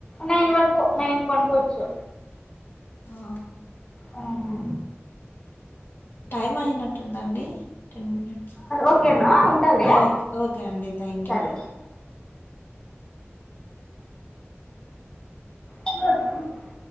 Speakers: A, on the left; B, on the left.
A: నైన్ వరకు నైన్ కి పన్కో ఒచ్చు
B: ఆ
A: అ ఆ
B: టైం అయినట్టుందండి టెన్ మినేట్స్
A: ఓకేనా ఉంటాలే
B: ఓ ఓకే అండి థ్యాంక్
A: సరే
B: యూ
A: <unintelligible>